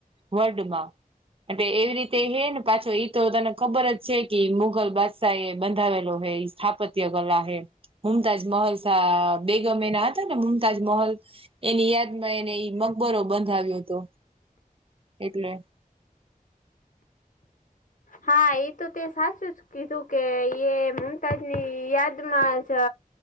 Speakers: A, on the right; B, on the left.
A: વર્ડ માં એટ એવી રીતે હે ને પાછો ઈ તો તને ખબર જ છે કે મુઘલ બાદશા એ બંધાવેલો હૈ સ્થાપત્ય કલા હમતાજ મહલ સા બેગમે ના હતા મુમતાજ મહોલ એની યાદમાં એને મકબરો બંધાવ્યો હતો એટલે
B: હા એ તો ત્યાં સાચું છે કીધું કે એ મમતાજ ની યાદમાં જ